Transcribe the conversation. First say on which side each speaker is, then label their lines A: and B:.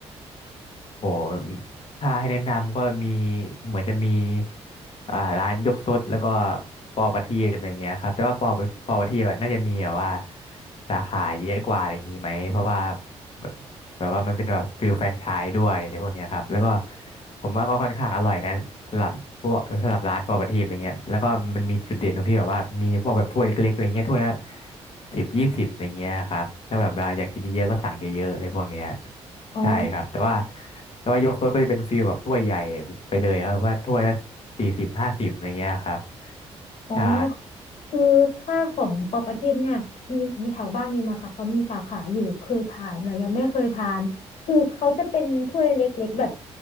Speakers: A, on the left (about 55°); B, on the left (about 75°).
A: โหถ้าให้แนะนำก็มีเหมือนจะมีอ่าร้านยกซดแล้วก็ปอประทีปอะไรเงี้ยครับ แต่ว่าปอปอประทีปอะน่าจะมีแบบว่าสาขาเยอะกว่าอะไรอย่างงี้ไหม เพราะว่าแบบแบบว่ามันเป็นแบบฟิลแฟรนไชส์ด้วยในพวกเนี้ยครับ แล้วก็ผมว่าก็ค่อนข้างอร่อยนะสำหรับพวกสำหรับร้านปอประทีปอะไรเงี้ย แล้วก็มันมีจุดเด่นตรงที่แบบว่ามีพวกแบบถ้วยเล็กๆอะไรเงี้ยถ้วยละสิบยี่สิบอะไรเงี้ยครับถ้าแบบเราอยากกินเยอะๆก็สั่งเยอะๆอะไรพวกเนี้ย
B: อ๋อ
A: ใช่ครับแต่ว่า แต่ว่ายกโซดก็จะเป็นฟีลแบบถ้วยใหญ่ไปเลยครับว่าถ้วยละสี่สิบห้าสิบอะไรเงี้ยครับ
B: อ๋อ
A: ใช่
B: คือถ้าของปอประทีปเนี่ยมีมีแถวบ้านมีมาค่ะเขามีสาขาอยู่เคยทานแต่ยังไม่เคยทานคือเขาจะเป็นถ้วยเล็กๆแบบ